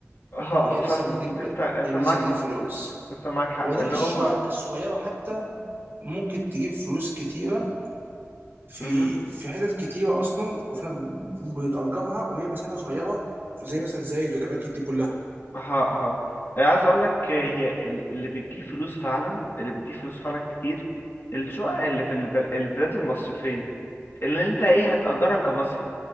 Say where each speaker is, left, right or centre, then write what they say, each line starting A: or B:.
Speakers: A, on the left (about 55°); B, on the right (about 50°).
A: ها
B: هي
A: هفهمك
B: لسه بتجيب
A: انت انت
B: هي لسه
A: معاك
B: بتجيب
A: حق
B: فلوس
A: انت معاك حق
B: وبعدين
A: اللي
B: الشقق
A: هو
B: الصغيره حتى ممكن تجيب فلوس كتيره في
A: امم
B: في حتت كتيره اصلا وفي بتأجرها وهي مساحتها صغيره زي مثلا زايد والاماكن دي كلها
A: ها ها عايز اقول لك هي ال- اللي بتجيب فلوس فعلا اللي بتجيب فلوس فعلا كتير الشقق اللي في الب- البلاد المصيفية اللي انت ايه هتأجرها كمصيف